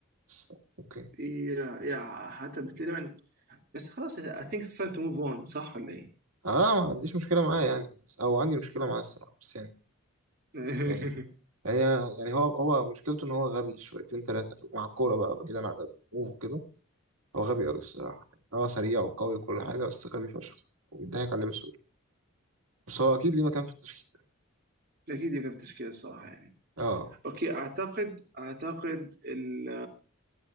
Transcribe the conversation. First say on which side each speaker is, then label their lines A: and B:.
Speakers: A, on the right (about 85°); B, on the right (about 45°).
A: بس اوكي
B: يا يا حتى بتلاقي دايما بس خلاص اي ثينك اتس تايم تو موف اون صح ولا ايه؟
A: انا ما عنديش مشكله معاه يعني بس او عندي مشكله معاه الصراحه بس يعني
B: <laughs>
A: يعني يعني يعني هو هو مشكلته ان هو غبي شويتين ثلاثه مع الكوره بقى بعيدا عن الموف وكده هو غبي قوي الصراحة يعني هو سريع وقوي وكل
B: مم.
A: حاجة بس غبي فشخ وبيضحك عليه بسهولة بس هو أكيد ليه مكان في التشكيل
B: اكيد يقف تشكيله الصراحه يعني
A: اه
B: اوكي اعتقد اعتقد ال-